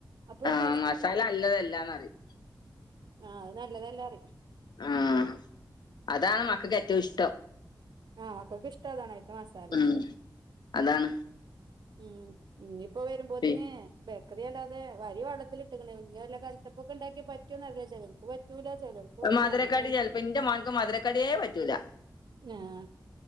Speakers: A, on the right; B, on the left.
A: അപ്പോഴും
B: ആഹ്
A: ടേസ്റ്റ്
B: മസാല ല്ലതല്ലാന്ന്റയും
A: ആഹ് അത് നല്ലതല്ലറയും
B: ആഹ് അതാണ് മക്കക്ക് ഏറ്റോം ഇഷ്ടം
A: ആഹ് മക്കക്ക് ഇഷ്ടാതാണ് അയില്ത്തെ മസാല
B: ഉം അതാണ്
A: ഉം ഇനി ഇപ്പൊ വരുമ്പോത്തിന്
B: പി
A: ബെ ക്കറി അല്ലതെ വരി വള്ളത്തിലിട്ടകണ് ഇഞ്ഞി വല്ല കല്ത്തപ്പൊക്കെണ്ടാക്കി പറ്റൊന്നറില്ല ചെലർക്ക് പ പറ്റൂല ചെലവർക്ക് പറ്റും
B: മധുരക്കടി
A: അങ്ങനെണ്
B: ചെലപ്പോ എന്റെ മോൻക്ക് മധുരക്കടിയേ പറ്റൂല
A: ആഹ്